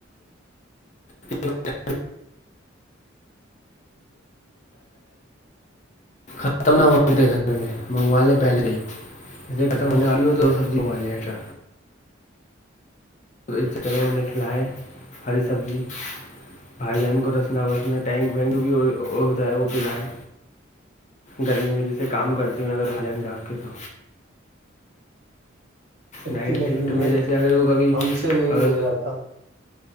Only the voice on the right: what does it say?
<inaudible>
اتنی
گرمی
میں
ہم سے نہیں
چلا جاتا